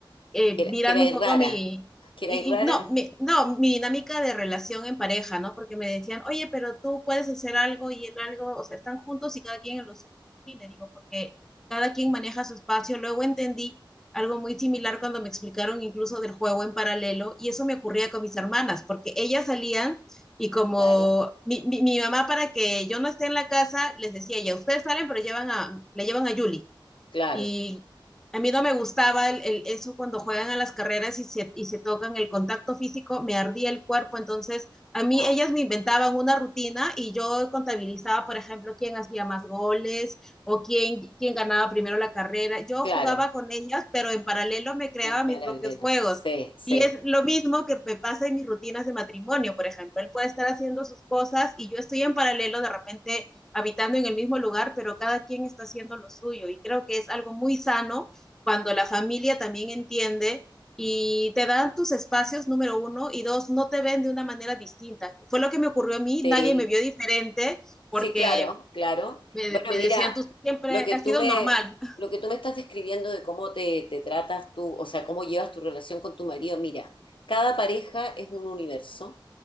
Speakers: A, in the centre; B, on the left.
A: eh,
B: que era,
A: mirando
B: que era
A: un poco
B: rara.
A: mi, y,
B: Que era rara,
A: y no, mi, no, mi dinámica de relación en pareja, ¿no? Porque me decían, oye, pero tú puedes hacer algo y él algo, o sea, están juntos y cada quien en lo suyo. Y le digo, porque cada quien maneja su espacio. Luego entendí algo muy similar cuando me explicaron incluso del juego en paralelo, y eso me ocurría con mis hermanas, porque ellas salían y como
B: claro,
A: mi, mi, mi mamá para que yo no esté en la casa, les decía, ya ustedes salen, pero llevan a, la llevan a Yuli.
B: claro.
A: Y a mí no me gustaba el, el- eso cuando juegan a las carreras y se, y se tocan el contacto físico, me ardía el cuerpo. Entonces, a mí
B: Ah,
A: ellas me inventaban una rutina y yo contabilizaba, por ejemplo, quién hacía más goles o quién, quién ganaba primero la carrera. Yo
B: claro,
A: jugaba con ellas, pero en paralelo me creaba
B: en paralela.
A: mis propios juegos.
B: Sí, sí.
A: Y es lo mismo que me pasa en mis rutinas de matrimonio, por ejemplo. Él puede estar haciendo sus cosas y yo estoy en paralelo de repente habitando en el mismo lugar, pero cada quien está haciendo lo suyo. Y creo que es algo muy sano cuando la familia también entiende y te dan tus espacios, número uno, y dos, no te ven de una manera distinta. Fue lo que me ocurrió a mí,
B: Sí,
A: nadie me vio diferente
B: Sí,
A: porque
B: claro, claro.
A: me,
B: Bueno,
A: me
B: mira,
A: decían, tú siempre
B: lo que
A: has
B: tú
A: sido
B: me,
A: normal. <laughs>
B: lo que tú me estás describiendo de cómo te, te tratas tú, o sea, cómo llevas tu relación con tu marido, mira, cada pareja es un universo,